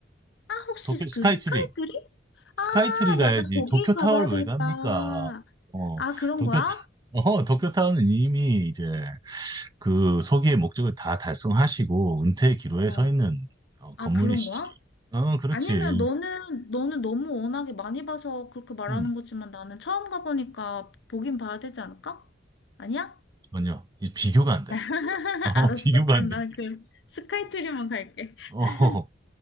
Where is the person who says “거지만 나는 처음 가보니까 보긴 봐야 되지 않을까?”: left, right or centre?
Left